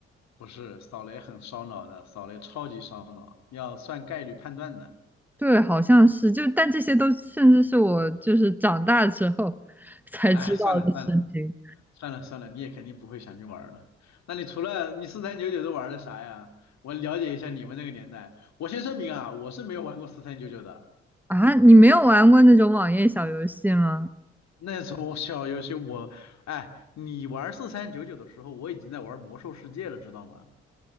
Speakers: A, on the left (about 55°); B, in the centre.
A: 不是，扫雷很烧脑的，扫雷超级烧脑，要算概率判断的。
B: 对，好像是就，但这些都甚至是我就是长大之后 <laughs> 才知道的事情。
A: 哎，算了算了算了算了，你也肯定不会想去玩了。那你除了你四三九九都玩的啥呀？我了解一下你们那个年代。我先声明啊，我是没有玩过四三九九的。
B: 啊，你没有玩过那种网页小游戏吗？
A: 那时候我小游戏我，哎，你玩四三九九的时候，我已经在玩魔兽世界了，知道吗？